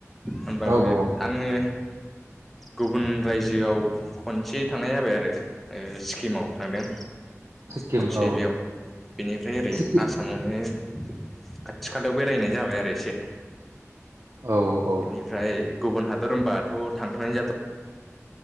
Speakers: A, in the centre; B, on the right (about 70°).
A: होनबाबो
B: औ औ
A: आङो गुबुन रायजोआव खनसे थांनाय जाबाय आरो ओ सिक्किमाव थांदों।
B: सिक्किम
A: खनसे
B: औ।
A: बेयाव बेनिफ्राय ओरै
B: सिक्किम
A: आसामावनो बिनो खाथि खालायाव बेरायनाय जाबाय आरो एसे।
B: औ औ।
A: बेनिफ्राय गुबुन हादर होनबाथ' थांथ'नो जाथ'